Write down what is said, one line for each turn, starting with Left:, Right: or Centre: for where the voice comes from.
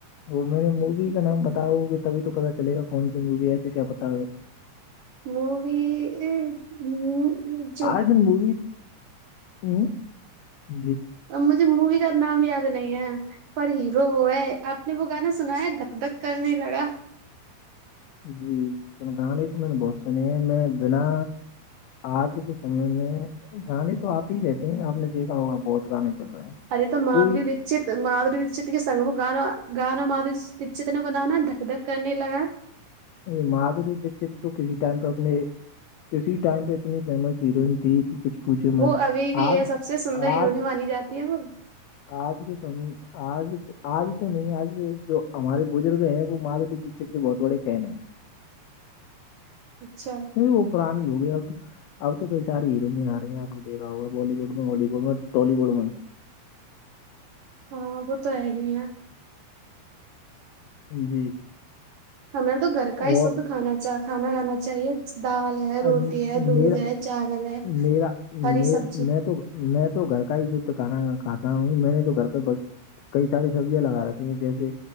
Left: وہ میں نے مووی کا نام بتاو گے تبھی تو پتا چلے گا کون سی مووی ایسے کیا پتا
Right: مووی ئ مو موی
Left: آج مووی ہاں جی
Right: اب مجھے مووی کا نام یاد نہیں ہے پر ہیرو وہ ہے آپ نے وہ گانا سنا ہے دھک دھک کرنے لگا
Left: جی سن گانے تو میں نے بہت سنے ہے میں بنا آج کے سمے میں گانے تو آتے ہی رہتے ہیں آپ نے دیکھا ہوگا بہت گانے چل رہے ہیں
Right: ار تو مادری
Left: کوئی
Right: بی چت مادھوری چت کے سگو گاناگانا مادھوری چت نے بنایا نا دھک دھک کرنے لگا
Left: یہ مادھوری دشت کو فرے ٹائم کب لے کسی ٹائم پے اتنی فیمس ہیروئن تھی کچھ پوچھے
Right: وہ
Left: مت
Right: ابھی بھی
Left: آج
Right: ہے سب سے سندر
Left: آج
Right: ہیرونی مانی جاتی ہے وہ
Left: آج کے سمے آج آج تو نہیں آج جو ہمارے بزرگ ہے وہ مادھوری دشت کے بہت بڑے فین ہیں
Right: اچھا
Left: کیونکہ وہ پرانی ہو گئی اب اب تو کئی سارے ہیروءیں آ رہے ہیں آپ نے دیکھا ہوگا بالی ووڈ میں ہالی ووڈ میں ٹالی ووڈ میں
Right: ہاں وہ تو ہے گ آ
Left: جی
Right: ہمیں تو گھر کا ہی
Left: اور
Right: شھد کھانا چ کھانا کھانا چاہیے دال روٹی
Left: ام،
Right: ہے دودھ
Left: میرا
Right: ہے چاول ہے
Left: میرا میرا
Right: ہری سبزی
Left: میں تو میں تو گھر کا ہی شھد کھانا کھاتا ہوں میں نے تو گھر پہ کئی ساری سبزیاں لگا ری ہیں جیسے